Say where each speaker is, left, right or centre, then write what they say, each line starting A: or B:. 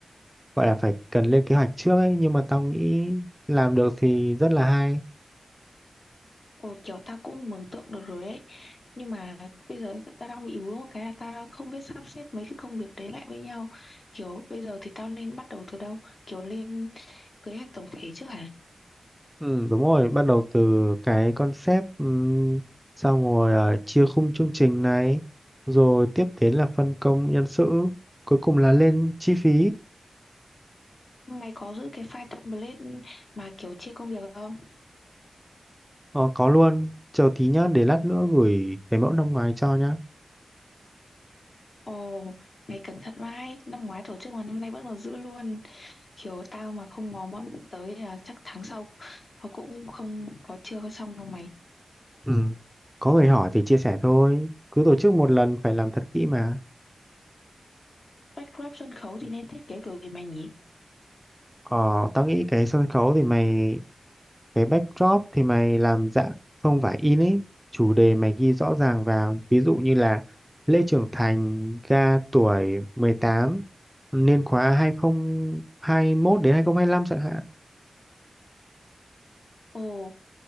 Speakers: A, in the centre; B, on the left.
A: gọi là phải cần lên kế hoạch trước ấy nhưng mà tao nghĩ làm được thì rất là hay
B: Ồ, kiểu ta cũng mường tượng được rồi ấy nhưng mà bây giờ ta đang bị vướng một cái là ta không biết sắp xếp mấy cái công việc đấy lại với nhau kiểu bây giờ thì tao nên bắt đầu từ đâu kiểu lên kế hoạch tổng thể trước hả
A: Ừ, đúng rồi, bắt đầu từ cái concept ừm, xong rồi ờ, chia khung chương trình này, rồi tiếp đến là phân công nhân sự, cuối cùng là lên chi phí.
B: mày có giữ cái file template mà kiểu chia công việc không
A: Ờ, có luôn, chờ tí nhá, để lát nữa gửi cái mẫu năm ngoái cho nhá.
B: ồ mày cẩn thận vãi năm ngoái tổ chức mà năm nay vẫn còn giữ luôn kiểu tao mà không mò mẫm tới là chắc tháng sau họ cũng không có chưa có xong đâu mày
A: Ừ. Có người hỏi thì chia sẻ thôi, cứ tổ chức một lần phải làm thật kỹ mà.
B: backdrop sân khấu thì nên thiết kế kiểu gì mày nhỉ
A: Ờ, tao nghĩ cái sân khấu thì mày cái backdrop thì mày làm dạng không phải in ấy chủ đề mày ghi rõ ràng vào ví dụ như là lễ trưởng thành ga tuổi 18 niên khóa 2021 đến 2025 chẳng hạn
B: ồ